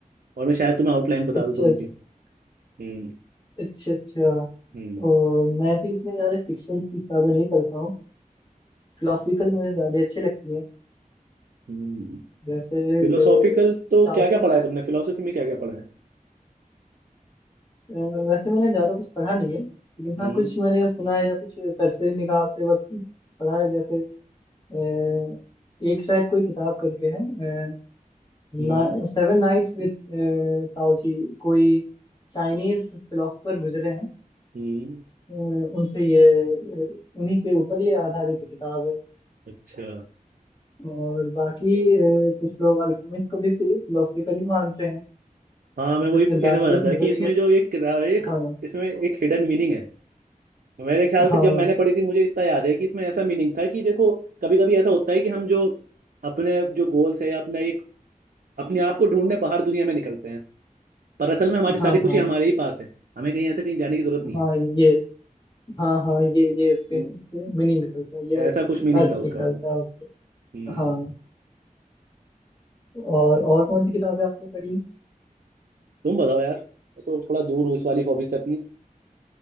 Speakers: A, on the right; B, on the left.
A: और मैं शायद तुम्हें आउटलाइन बता
B: अच्छा
A: दूँ थोड़ी
B: अच्छा
A: सी हम्म
B: अच्छा अच्छा
A: हम्म
B: और मैं भी इतने ज़्यादा फिक्शन की किताबें नहीं पढ़ता हूँ फिलोसफिकल मुझे ज़्यादा अच्छी लगती है
A: हम्म
B: जैसे
A: फिलोसॉफिकल
B: अ,
A: तो
B: ताओशी
A: क्या क्या पढ़ा है तुमने फिलोसफी में क्या क्या पढ़ा है
B: अ, वैसे मैंने ज़्यादा कुछ पढ़ा नहीं है लेकिन
A: हम्म
B: हाँ कुछ मैंने सुना है या कुछ सरसरी निगाह से बस पढ़ा है जैसे अ, एक शायद कोई किताब करके है अ, ना,
A: हम्म
B: सेवन नाइट्स विद ताओची कोई चाइनीज फिलोसफर गुजरे हैं
A: हम्म
B: अ, उनसे ये अ, उन्हीं के ऊपर ये आधारित किताब है
A: अच्छा
B: और बाकी अ, कुछ लोग अल्केमिस्ट को भी फिलोसफिकल ही मानते हैं
A: हाँ मैं वही
B: जिसमें
A: कहने
B: दार्शनिक
A: वाला था
B: नजरिए
A: कि इसमें जो एक किताब है एक
B: हाँ
A: इसमें एक हिडन मीनिंग है मेरे ख्याल से
B: हाँ
A: जब मैंने पढ़ी थी मुझे इतना याद है कि इसमें ऐसा मीनिंग था कि देखो कभी कभी ऐसा होता है कि हम जो अपने जो गोल्स है या अपना एक अपने आप को ढूंढने बाहर दुनिया में निकलते हैं पर असल में हमारी सारी
B: हाँ
A: खुशी
B: हाँ
A: हमारे ही पास है हमें कहीं ऐसे कहीं जाने की जरूरत नहीं
B: हाँ
A: है
B: ये हाँ हाँ ये ये उससे
A: हम्म,
B: उससे मीनिंग निकलता है ये
A: ऐसा कुछ मीनिंग
B: अर्थ
A: था
B: निकलता
A: उसका
B: है उससे
A: हम्म
B: हाँ और और कौन सी किताबें आपने पढ़ी
A: तुम बताओ यार मैं तो थोड़ा दूर हूँ इस वाली हॉबी से अपनी